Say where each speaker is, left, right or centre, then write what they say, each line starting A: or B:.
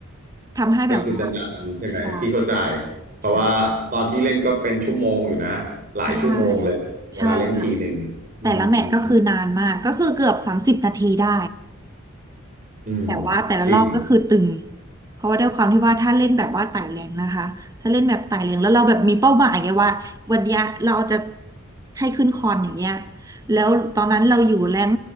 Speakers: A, on the right (about 15°); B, on the right (about 40°).
A: ทำให้แบบว่า
B: ก็คือจะนานใช่ไหมพี่เข้าใจ
A: ใช่
B: เพราะว่าตอนพี่เล่นก็เป็นชั่วโมงอยู่นะหลายชั่วโมงเลยเวลาเล่นทีหนึ่งอืมอืมอืม
A: ใช่ใช่ใช่ค่ะแต่ละแมตช์ก็คือนานมากก็คือเกือบสามสิบนาทีได้
B: อืม
A: แต่ว่าแต่ละรอบก็คือตึง
B: จริง
A: เพราะว่าด้วยความที่ว่าถ้าเล่นแบบว่าไต่แรงนะคะถ้าเล่นแบบไต่แรงแล้วเราแบบมีเป้าหมายไงว่าวันเนี้ยเราจะให้ขึ้นคอนอย่างเงี้ยแล้วตอนนั้นเราอยู่แรง